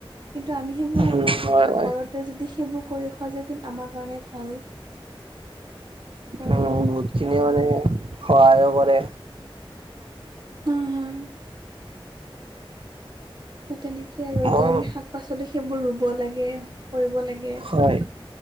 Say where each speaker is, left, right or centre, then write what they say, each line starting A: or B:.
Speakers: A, on the right; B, on the right.
A: কিন্তু আমি সেইবোৰ
B: উম হয় হয়
A: ঘৰতে যদি সেইবোৰ কৰি খোৱা যায় কিন্তু আমাৰ কাৰণে ভাল। কাৰণ
B: উম, বহুতখিনিয়ে মানে সহায়ো কৰে।
A: উম, হুম। ত তেনেকেইে আৰু এতিয়া
B: মই
A: আমি শাক পাচলি সেইবোৰ ৰুব লাগে, কৰিব লাগে।
B: হয়।